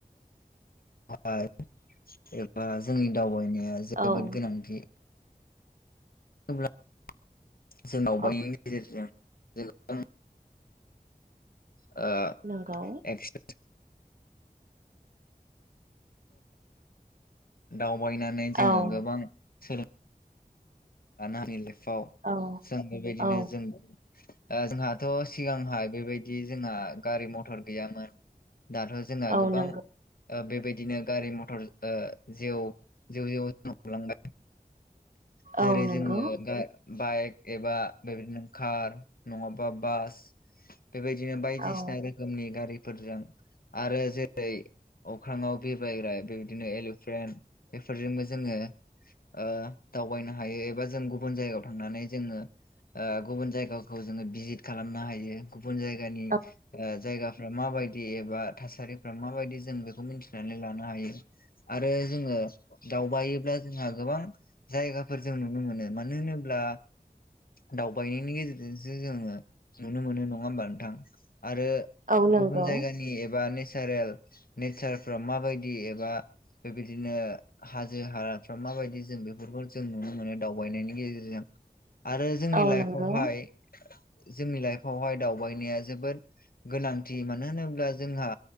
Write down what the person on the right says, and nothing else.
औ
औ
नोंगौ।
औ
औ
औ
औ
नंगौ
औ नंगौ
औ
औ
औ नंगौ
औ
नंगौ